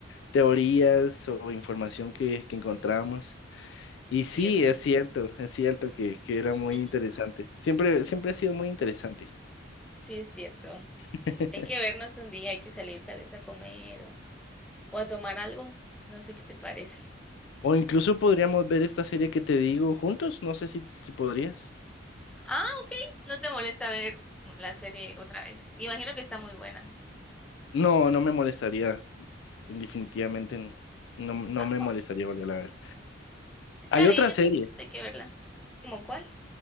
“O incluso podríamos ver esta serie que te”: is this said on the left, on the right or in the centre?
Left